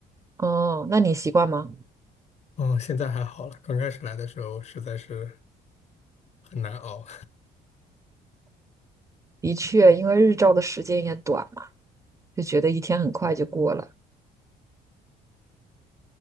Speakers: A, on the right; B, on the left.
A: 哦，那你习惯吗？
B: 嗯，现在还好了，刚开始来的时候实在是很难熬。
A: 的确，因为日照的时间也短嘛，就觉得一天很快就过了。